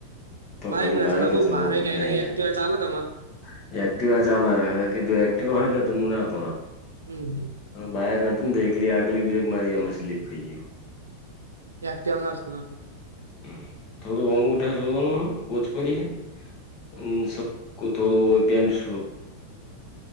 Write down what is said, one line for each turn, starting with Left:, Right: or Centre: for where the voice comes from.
Left: તો
Right: બાઈક
Left: ઘડી
Right: ના
Left: બાાયકો
Right: ચલાવે બઉ
Left: ચલો
Right: ભારે
Left: <unintelligible>
Right: કહેવાય એના કરતા
Left: યાર
Right: એક્ટિવા ચાલે તમારે
Left: એક્ટિવા ચાલે અવે કીધુ એક્ટિવા હોયને તો <unintelligible>
Right: હમ્મ.
Left: એનું બાાયક અતું ને તો એકલી આગલી બ્રેક મારી એમાં સ્લીપ થઈ ગ્યુ
Right: અ <unintelligible> ના
Left: હમ્મ થોડું <unintelligible> શોધવાનું <unintelligible> કોતો કેમ સો